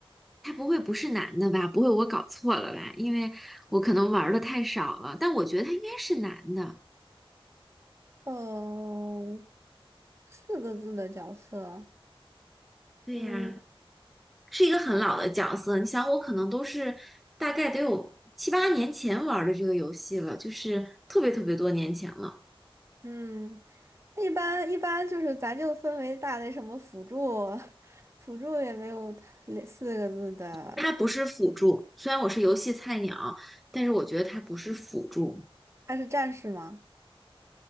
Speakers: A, in the centre; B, on the right.
A: 他不会不是男的吧？不会我搞错了吧？因为我可能玩的太少了，但我觉得他应该是男的。
B: 呃，四个字的角色。
A: 对呀，
B: 嗯。
A: 是一个很老的角色。你想，我可能都是大概得有七八年前玩的这个游戏了，就是特别特别多年前了。
B: 嗯，那一般一般就是咱就分为大类什么辅助，辅助也没有类四个字的，
A: 它不是辅助，虽然我是游戏菜鸟，但是我觉得它不是辅助。
B: 他是战士吗？